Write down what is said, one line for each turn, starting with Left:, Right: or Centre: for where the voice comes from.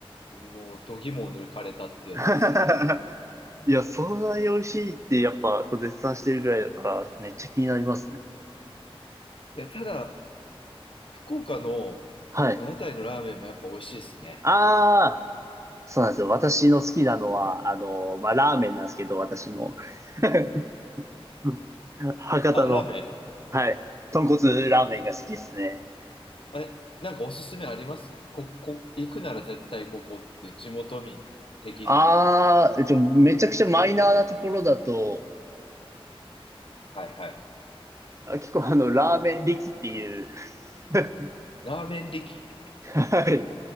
Left: ー、もう度肝を抜かれたってやつですね。
Right: <laughs> いや、そんなに美味しいってやっぱこう絶賛してるぐらいだからめっちゃ気になりますね。
Left: いや、ただ、福岡の屋台のラーメンもやっぱ美味しいですね。
Right: はい。ああ、そうなんですよ。私の好きなのは、あの、まあ、ラーメンなんですけど、私も。<laughs> うん博多の、
Left: あ、ラーメン
Right: はい。豚骨ラーメンが好きですね。
Left: え、なんかおすすめありますこ、こ、行くなら絶対ここっていう地元民的に。
Right: ああ、えっと、めちゃくちゃマイナーなところだと、
Left: はいはい。
Right: あ結構あの、ラーメン力っていう <laughs>
Left: ラーメン力。
Right: はい。